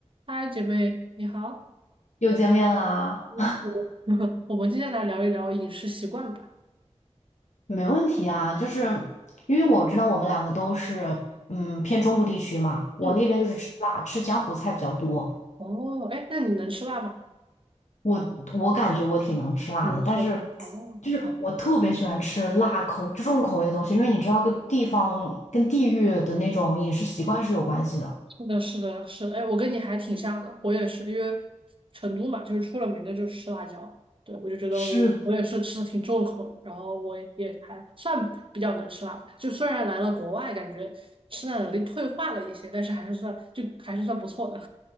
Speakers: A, on the right (about 45°); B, on the left (about 80°).
A: 嗨，姐妹，你好。
B: 又见面啦，
A: 嗯，我 <laughs> 我们今天来聊一聊饮食习惯吧。
B: 没问题啊。就是因为我知道我们两个都是嗯偏中部地区嘛，我那边就是吃辣，
A: 嗯，
B: 吃江湖菜比较多。
A: 哦，哎，那你能吃辣吗？
B: 我我感觉我挺能吃辣的，
A: 能吃辣。
B: 但是
A: 哦，
B: 就是我特别喜欢吃辣口重口味的东西，因为你知道跟地方跟地域的那种饮食习惯是有关系的。
A: 是的，是的，是的，哎，我跟你还挺像的，我也是，因为成都嘛，就是出了名的就是吃辣椒。对，我就觉得我我也是吃的挺重口的，
B: 是的，
A: 然后我也还算比较能吃辣吧。就虽然来了国外，感觉吃辣能力退化了一些，但是还是算就还是算不错的。